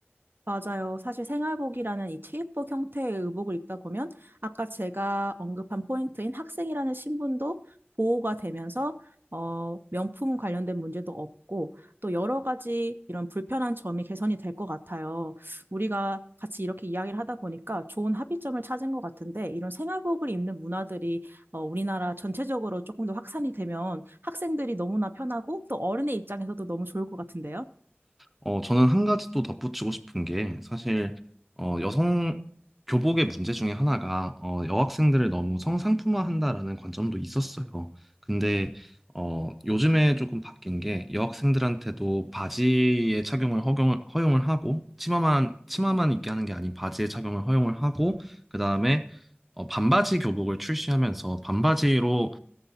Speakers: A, on the right; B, in the centre.
A: 맞아요. 사실 생활복이라는 이 체육복 형태의 의복을 입다 보면 아까 제가 언급한 포인트인 학생이라는 신분도 보호가 되면서 어, 명품 관련된 문제도 없고 또 여러 가지 이런 불편한 점이 개선이 될 것 같아요. 우리가 같이 이렇게 이야기를 하다 보니까 좋은 합의점을 찾은 것 같은데 이런 생활복을 입는 문화들이 어, 우리나라 전체적으로 조금 더 확산이 되면 학생들이 너무나 편하고 또 어른의 입장에서도 너무 좋을 것 같은데요.
B: 어, 저는 한 가지 또 덧붙이고 싶은 게 사실 어, 여성 교복의 문제 중에 하나가 어, 여학생들을 너무 성상품화한다라는 관점도 있었어요. 근데 어, 요즘에 조금 바뀐 게 여학생들한테도 바지의 착용을 허용을, 허용을 하고 치마만 치마만 입게 하는 게 아닌 바지의 착용을 허용을 하고 그다음에 어, 반바지 교복을 출시하면서 반바지로